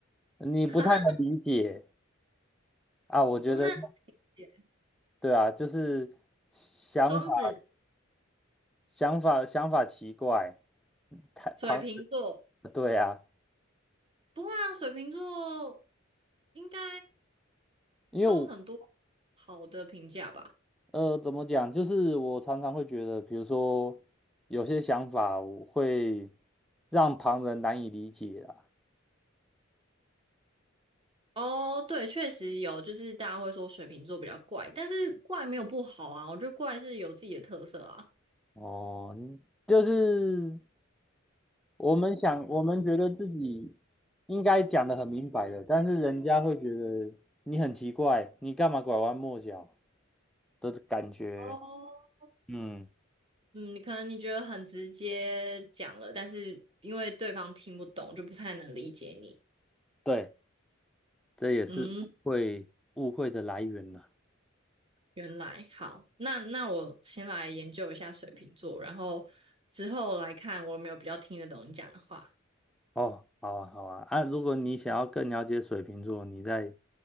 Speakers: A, in the centre; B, on the right (about 25°).
A: 你不太能理解
B: 哈，
A: 啊。我觉得，
B: 不太了解。
A: 对啊，就是想法、
B: 双子，
A: 想法、想法奇怪，太旁，
B: 水瓶座，
A: 对啊，
B: 不会啊，水瓶座应该
A: 因为我
B: 都很多好的评价吧。
A: 呃，怎么讲，就是我常常会觉得，比如说有些想法，我会让旁人难以理解啊。
B: 哦，对，确实有，就是大家会说水瓶座比较怪，但是怪没有不好啊，我觉得怪是有自己的特色啊。
A: 哦，就是我们想，我们觉得自己应该讲的很明白的，但是人家会觉得你很奇怪，你干嘛拐弯抹角的感觉。
B: 哦，
A: 嗯，
B: 嗯，可能你觉得很直接讲了，但是因为对方听不懂，就不太能理解你。
A: 对，这也是误会误会的来源了。
B: 嗯，原来好，那那我先来研究一下水瓶座，然后之后来看我有没有比较听得懂你讲的话。
A: 哦，好啊，好啊，啊，如果你想要更了解水瓶座，你再